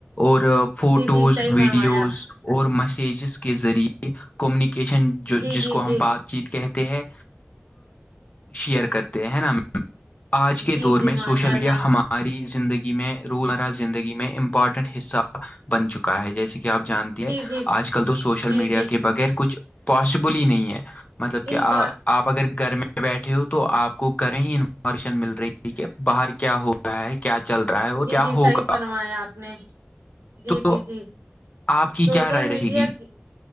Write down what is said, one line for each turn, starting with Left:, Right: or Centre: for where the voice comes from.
Left: اور فوٹوز
Right: جی جی صحیح
Left: ویڈیوز
Right: فرمایا آپ
Left: اور میسیجز کے ذریعے کمیونیکیشن جو
Right: جی
Left: جس
Right: جی
Left: کو ہم
Right: جی
Left: بات جیت کہتے ہیں شیئر کرتے ہیں نا آج کے
Right: جی
Left: دور
Right: جی
Left: میں سوشل
Right: ماشاء اللہ
Left: میڈیا ہم ہماری زندگی میں روزمرہ زندگی میں امپورٹنٹ حصہ بن چکا ہے جیسے کہ آپ جانتے
Right: جی
Left: ہیں
Right: جی
Left: آج کل تو سوشل
Right: جی
Left: میڈیا
Right: جی
Left: کے بغیر کچھ پاسبل ہی نہیں ہے مطلب کہ
Right: ان
Left: آ
Right: پ
Left: آپ اگر گھر میں بیٹھے ہو تو آپ کو گھر ہی انفارمیشن مل رہی ہے کہ باہر کیا ہو رہا ہے کیا چل رہا ہے اور
Right: جی
Left: کیا
Right: جی
Left: ہوگا
Right: صحیح فنمایا آپ نے جی
Left: تو
Right: جی جی
Left: آپ کی
Right: سوشل
Left: کیا رائے
Right: میڈیا
Left: رہے گی
Right: کی